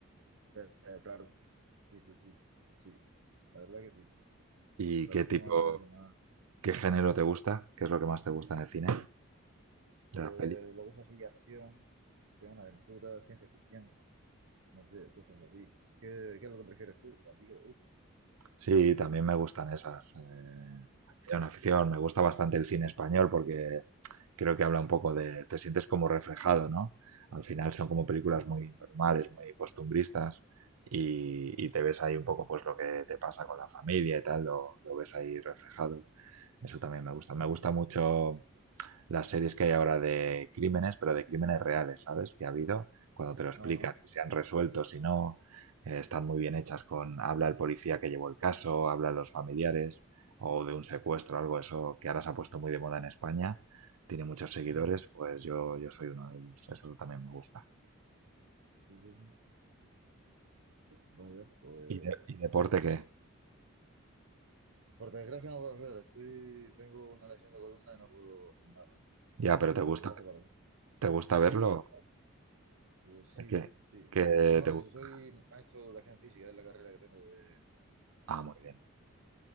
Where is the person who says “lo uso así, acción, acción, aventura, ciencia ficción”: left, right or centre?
Right